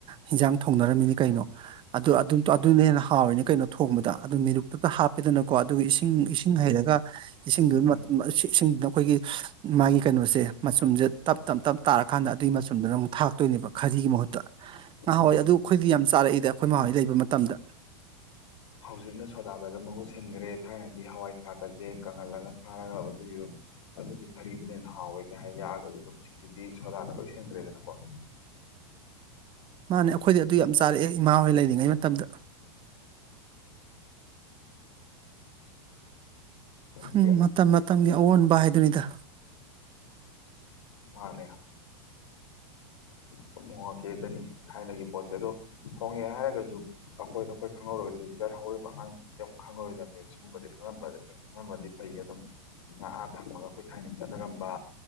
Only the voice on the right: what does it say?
ꯍꯤꯟꯖꯥꯡ ꯊꯣꯡꯅꯔꯝꯃꯤꯅꯤ ꯀꯩꯅꯣ ꯑꯗꯨ ꯑꯗꯨ
ꯑꯗꯨꯅ ꯍꯦꯟꯅ ꯍꯥꯎꯔꯤꯅꯦ ꯀꯩꯅꯣ ꯊꯣꯡꯕꯗ ꯑꯗꯨ ꯃꯤꯔꯨꯛꯇꯨꯗ ꯍꯥꯞꯄꯤꯗꯅ ꯀꯣ ꯑꯗꯨꯒ ꯏꯁꯤꯡ ꯏꯁꯤꯡ ꯍꯩꯔꯒ ꯏꯁꯤꯡꯗꯨꯅ
ꯏꯁꯤꯡꯗꯨꯅ ꯑꯩꯈꯣꯏꯒꯤ ꯃꯥꯒꯤ ꯀꯩꯅꯣꯁꯦ ꯃꯆꯨꯝꯁꯦ ꯇꯞ ꯇꯞ ꯇꯞ ꯇꯥꯔꯀꯥꯟꯗ ꯑꯗꯨꯒꯤ ꯃꯆꯨꯝꯗꯨꯅ ꯑꯃꯨꯛ ꯊꯥꯛꯇꯣꯏꯅꯦꯕ ꯈꯥꯖꯤꯒꯤ ꯃꯍꯨꯠꯇ ꯉꯥꯏꯍꯥꯟꯋꯥꯏ
ꯑꯗꯨ ꯈꯣꯏꯗꯤ ꯌꯥꯝ ꯆꯥꯔꯛꯏꯗ ꯈꯣꯏ ꯃ ꯍꯣꯏ ꯂꯩꯕ ꯃꯇꯝꯗ
ꯃꯥꯅꯦ ꯑꯩꯈꯣꯏꯗ ꯑꯗꯨ ꯌꯥꯝ ꯆꯥꯔꯛꯑꯦ ꯏꯃꯥꯍꯣꯏ ꯂꯩꯔꯤꯉꯩ ꯃꯇꯝꯗ
ꯎꯝ ꯃꯝ ꯃꯇꯝꯒꯦ ꯑꯑꯣꯟꯕ ꯍꯥꯏꯗꯨꯅꯤꯗ